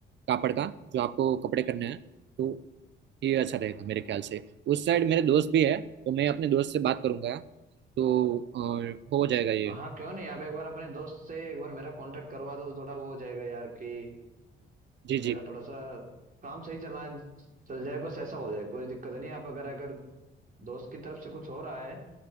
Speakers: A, on the right (about 65°); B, on the right (about 45°).
A: कापड़ का जो आपको कपड़े करने हैं तो ये अच्छा रहेगा मेरे ख्याल से उस साइड मेरे दोस्त भी है तो मैं अपने दोस्त से बात करूंगा तो अ, हो जाएगा ये
B: हाँ क्यों नहीं आप एक बार अपने दोस्त से एक बार मेरा कांटेक्ट करवा दो तो थोड़ा वो हो जाएगा यार कि
A: जी
B: मेरा
A: जी
B: थोड़ा सा काम सही चला चल जाए बस ऐसा हो जाए कोई दिक्कत नहीं आप अगर अगर दोस्त की तरफ से कुछ हो रहा है